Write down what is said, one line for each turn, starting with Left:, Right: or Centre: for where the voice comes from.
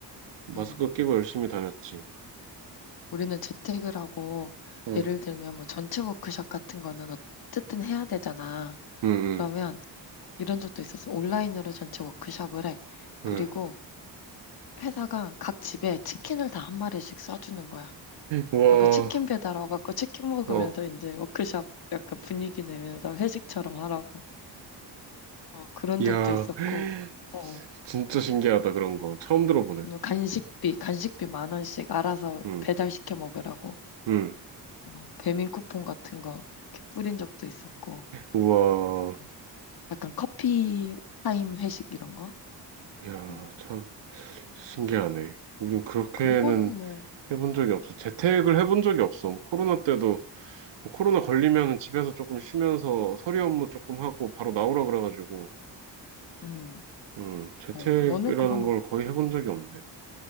Right: 마스크
Left: 응.
Right: 끼고 열심히 다녔지.
Left: 우리는 재택을 하고
Right: 응,
Left: 예를 들면 뭐 전체 워크숍 같은 거는 어쨌든 해야 되잖아.
Right: 응,
Left: 그러면 이런 적도 있었어. 온라인으로 전체 워크숍을 해.
Right: 응,
Left: 그리고
Right: 응.
Left: 회사가 각 집에 치킨을 다 한 마리씩 쏴주는 거야.
Right: 와,
Left: 아, 그 치킨 배달 와갖고 치킨 먹으면서
Right: 어.
Left: 이제 워크숍 약간 분위기 내면서 회식처럼 하라고. 어, 그런
Right: 이야,
Left: 적도 있었고,
Right: <laughs>
Left: 어,
Right: 진짜 신기하다, 그런 거. 처음 들어보네.
Left: 아니면 간식비, 간식비 만 원씩 알아서
Right: 응,
Left: 배달시켜 먹으라고.
Right: 응.
Left: 어, 배민 쿠폰 같은 거 이렇게 뿌린 적도 있었고,
Right: 우와,
Left: 음. 약간 커피 타임 회식 이런 거.
Right: 이야,
Left: 음.
Right: 참 신기하네. 우린 그렇게는
Left: 그리고는 뭐,
Right: 해본 적이 없어. 재택을 해본 적이 없어. 뭐 코로나 때도, 뭐 코로나 걸리면 집에서 조금 쉬면서 서류 업무 조금 하고 바로 나오라 그래가지고,
Left: 음,
Right: 응, 재택이라는
Left: 어, 너는 그러면
Right: 걸 거의 해본 적이
Left: 음,
Right: 없네.